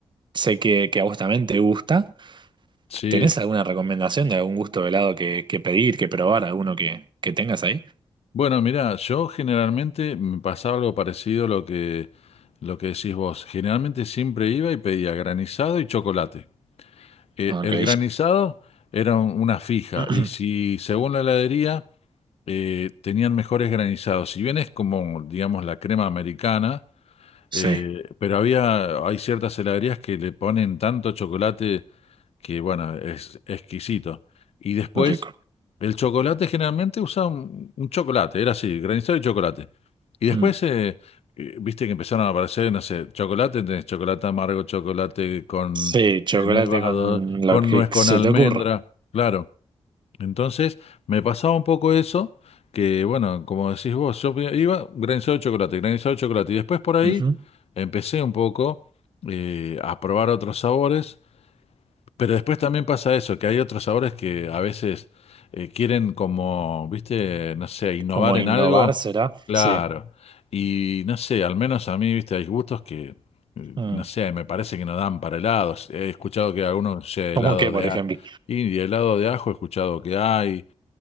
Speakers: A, on the right; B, on the left.
A: sé que, que a vos también te gusta.
B: Sí.
A: ¿Tenés alguna recomendación de algún gusto de helado que, que pedir, que probar, alguno que, que tengas ahí?
B: Bueno, mirá, yo generalmente me pasaba algo parecido a lo que, lo que decís vos. Generalmente siempre iba y pedía granizado y chocolate. Eh,
A: Ok.
B: el granizado era un- una fija
A: <laughs>
B: y si según la heladería eh, tenían mejores granizados, si bien es como, digamos, la crema americana,
A: Sí,
B: Eh, pero había, hay ciertas heladerías que le ponen tanto chocolate que, bueno, es exquisito. Y después,
A: lo rico.
B: el chocolate generalmente usaba un, un chocolate, era así, granizado y chocolate. Y después,
A: Mm.
B: eh, eh, viste que empezaron a aparecer, no sé, chocolate, tenés chocolate amargo, chocolate con
A: Sí, chocolate
B: eh, nevado,
A: con lo
B: con
A: que
B: nuez, con
A: se
B: almendra,
A: te ocurra.
B: claro. Entonces, me pasaba un poco eso, que bueno, como decís vos, yo pe- iba granizado de chocolate, granizado de chocolate, y después por ahí
A: Ujú.
B: empecé un poco eh, a probar otros sabores, pero después también pasa eso, que hay otros sabores que a veces eh, quieren como, viste, no sé, innovar
A: Como
B: en
A: innovar
B: algo,
A: será.
B: claro,
A: Sí.
B: y no sé, al menos a mí, viste, hay gustos que, eh,
A: Mm.
B: no sé, me parece que no dan para helados, he escuchado que algunos, no sé,
A: ¿Cómo
B: helado
A: qué,
B: de...
A: por ejemplo?
B: a- y de helado de ajo he escuchado que hay,